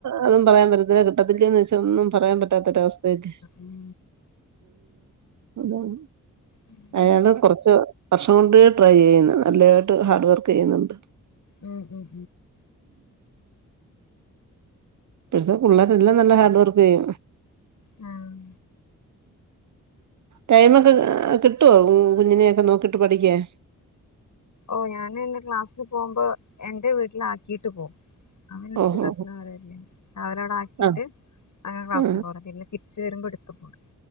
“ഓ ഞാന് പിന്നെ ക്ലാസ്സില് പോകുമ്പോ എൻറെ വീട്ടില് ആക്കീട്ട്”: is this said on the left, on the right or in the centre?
Left